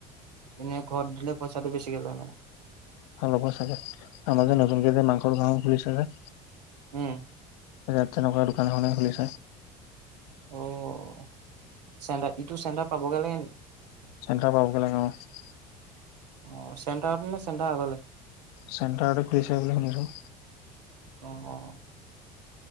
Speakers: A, on the right; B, on the left.
A: এনে ঘৰত দিলে পইচাটো বেছিকে লয় মানে?
B: অ' লব চাগে। আমাৰ
A: উম
B: যে নতুনকে যে মাংসৰ দোকানখন খুলিছে যে।
A: উম।
B: ইয়াত তেনেকোৱা দোকান এখনেই খুলিছে।
A: অ' চেণ্টাৰ ইটো চেণ্টাৰ পাবগে লাগে নেকি?
B: চেন্টাৰ পাবগে লাগে অ'।
A: অ' চেণ্টাৰতে নে চেণ্টাৰৰ আগলে?
B: চেণ্টাৰতে খোলিছে বুলি শুনিছো।
A: অ'।